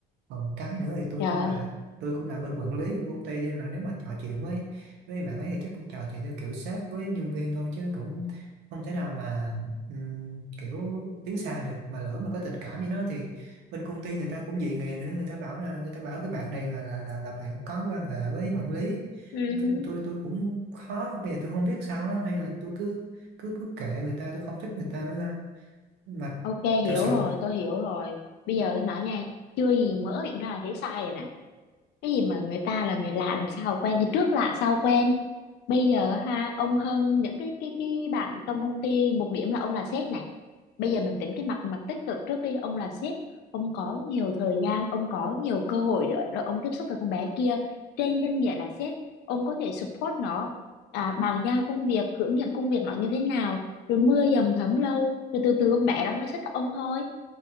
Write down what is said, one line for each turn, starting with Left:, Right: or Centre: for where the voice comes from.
Right: còn cái nữa thì tôi
Left: trời
Right: cũng là tôi cũng là bên quản lý của công ty cho nên là nếu mà trò chuyện với với bạn ấy thì chắc cũng trò chuyện theo kiểu sếp với nhân viên thôi chứ cũng không thể nào mà ừm, kiểu tiến xa được mà lỡ mà có tình cảm với nó thì bên công ty người ta cũng dị nghị nữa người ta bảo là người ta bảo cái bạn này là là là, là bạn có quan hệ với quản lý
Left: ừ
Right: tôi
Left: hứ.
Right: tôi, tôi cũng khó bây giờ tôi không biết sao á, hay là tôi cứ cứ cứ kệ người ta tôi không thích người ta nữa ta mà
Left: ok
Right: thật
Left: hiểu
Right: sự
Left: rồi tôi hiểu rồi bây giờ tôi nói nha chưa gì mở miệng ra là thấy sai rồi nè cái gì mà người ta là người lạ làm sao quen thì trước lạ sau quen bây giờ ha ông hơn những cái cái cái bạn trong công ty một điểm là ông là sếp này bây giờ mình tính cái mặt mặt tích cực trước đi ông là sếp ông có nhiều thời gian ông có nhiều cơ hội để, để ông tiếp xúc với con bé kia trên danh nghĩa là sếp ông có thể support nó à, bàn giao công việc hướng dẫn công việc nó như thế nào rồi mưa dầm thấm lâu rồi từ từ con bé đó nó sẽ thích ông thôi